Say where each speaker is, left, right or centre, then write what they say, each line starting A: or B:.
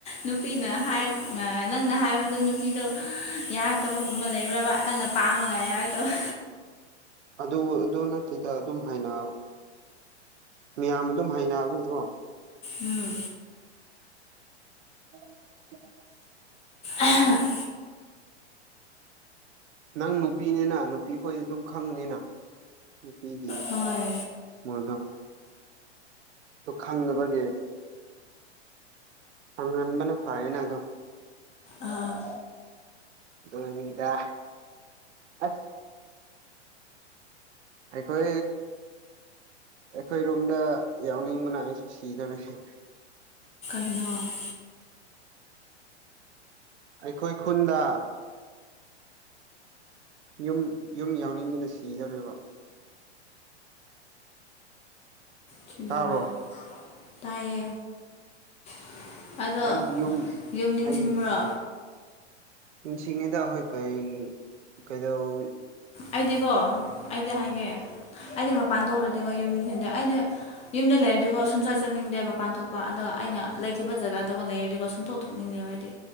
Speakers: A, on the left; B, on the right.
A: ꯅꯨꯄꯤꯅ ꯍꯥꯏꯔꯛ ꯅꯪꯅ ꯍꯥꯏꯕꯗ ꯅꯨꯄꯤꯗꯣ ꯌꯥꯔꯛꯇꯕꯒꯨꯝꯕ ꯂꯩꯕ꯭ꯔꯕ ꯅꯪꯅ ꯄꯥꯝꯃꯒ ꯌꯥꯔꯛꯇꯕ
B: ꯑꯗꯨ ꯑꯗꯨ ꯅꯠꯇ‌ꯦꯗ ꯑꯗꯨꯝ ꯍꯥꯏꯅ ꯃꯤꯌꯥꯝ ꯑꯗꯨꯝ ꯍꯩꯅꯕꯒꯤꯀꯣ
A: ꯎꯝ
B: <inaudible>
A: ꯑꯍ‌ꯦ <unintelligible>
B: ꯅꯪ ꯅꯨꯄꯤꯅꯤꯅ ꯅꯨꯄꯤꯈꯣꯏꯗꯤ ꯑꯗꯨꯝ ꯈꯪꯕꯅꯤꯅ ꯅꯨꯄꯤꯒꯤ
A: ꯍꯣꯏ
B: ꯃꯣꯏꯗꯣ ꯑꯗꯨ ꯈꯪꯗꯕꯒꯤ ꯐꯪꯍꯟꯕꯅ ꯐꯩꯌꯦꯅ ꯑꯗꯣ
A: ꯑꯥ
B: ꯑꯗꯨꯅꯤꯗ ꯑꯁ ꯑꯩꯈꯣꯏ ꯑꯩꯈꯣꯏꯔꯣꯝꯗ ꯌꯥꯎꯅꯤꯡꯕꯅ ꯑꯩꯁꯨ ꯁꯤꯗ‌ꯣꯔ‌ꯦ
A: ꯅ‌ꯣ <unintelligible>
B: ꯑꯩꯈꯣꯏ ꯈꯨꯟꯗ ꯌꯨꯝ ꯌꯨꯝ ꯌꯥꯎꯅꯤꯡꯗꯨꯅ ꯁꯤꯗ‌ꯣꯔꯦꯕ
A: ꯊꯤꯟꯗꯧꯔꯦ
B: ꯇꯥꯕ꯭ꯔꯣ
A: ꯇꯥꯕꯔ‌ꯣ ꯇꯥꯏꯌꯦ <unintelligible> ꯑꯗꯣ
B: ꯑꯩꯒꯤ ꯌꯨꯝ
A: ꯌꯨꯝ ꯅꯤꯡꯁꯤꯡꯕ꯭ꯔꯣ
B: ꯑꯩꯒꯤ ꯅꯤꯡꯁꯤꯡꯉꯤꯗ ꯍ‌ꯣꯏ ꯀꯩꯒꯤ ꯀꯩꯗꯧꯏ
A: ꯑꯩꯗꯤꯀꯣ ꯑꯩꯗꯤ ꯍꯥꯏꯒꯦ ꯑꯩꯗꯤ ꯃꯄꯥꯟ ꯊꯣꯛꯔꯗꯤꯀꯣ ꯌꯨꯝ ꯅꯤꯡꯁꯤꯡꯗꯦ ꯑꯩꯩꯅ ꯌꯨꯝꯗ ꯂꯩꯔꯗꯤꯀꯣ ꯁꯨꯡꯆꯠ ꯆꯠꯅꯤꯡꯗꯦ ꯃꯄꯥꯟ ꯊꯣꯛꯄ ꯑꯗꯣ ꯑꯩꯅ ꯂꯩꯈꯤꯕ ꯖꯒꯥꯗꯨꯒ ꯂꯩꯔꯗꯤꯀ‌ꯣ ꯁꯨꯡꯊ‌ꯣꯛ ꯊꯣꯛꯅꯤꯡꯗ‌ꯦꯕ ꯍꯥꯏꯗꯤ